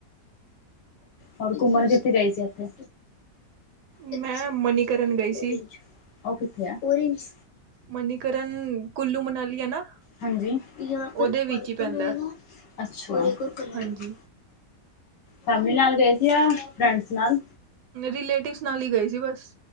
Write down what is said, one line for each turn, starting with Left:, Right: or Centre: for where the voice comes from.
Left: ਹੋਰ ਘੁੰਮਣ ਕਿਥੇ ਗਏ ਸੀ ਇਥੇ ਇਰ
Right: ਮੈਂ
Left: ਸੇ ਨੀਚੇ
Right: ਮਨੀਕਰਨ
Left: ਆਏ
Right: ਗਈ
Left: ਓਰੇਜ
Right: ਸੀ
Left: ਉਹ ਕਿੱਥੇ ਆ ਓਰੇਜ
Right: ਮਨੀਕਰਨ ਕੁੱਲੱਲੂ ਮਨਾਲੀ ਹੈ ਨਾ
Left: ਹਾਂਜੀ ਯਹਾ
Right: ਉਹਦੇ
Left: ਪਰ
Right: ਵਿੱਚ
Left: ਪਰਪਲ
Right: ਹੀ ਪੈਂਦਾ
Left: ਹੋਏਗਾ ਔਰ ਏਕ ਔਰ ਕਲਰ
Right: ਹਾਂਜੀ
Left: ਹੋਏਗਾ ਅੱਛਾਰ ਫੈਮਿਲੀ ਨਾਲ ਗਏ ਸੀ ਆ ਫਰੈਂਡਸ ਨਾਲ
Right: ਰਿਲੇਟਿਵਸ ਨਾਲ ਹੀ ਗਏ ਸੀ ਬਸ